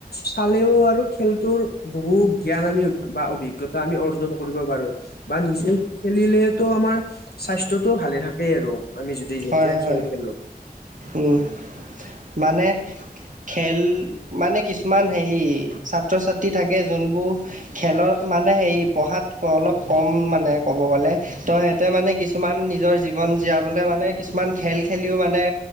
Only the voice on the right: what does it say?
হয় হয়
উম মানে খেল মানে কিছুমান হেৰি ছাত্ৰ ছাত্ৰী থাকে যোনবোৰ খেলৰ মানে হেৰি পঢ়াত অলপ কম মানে ক'ব গ'লে ত তাতে মানে কিছুমান নিজৰ জীৱন জীয়াবলৈ মানে কিছুমান খেল খেলিও মানে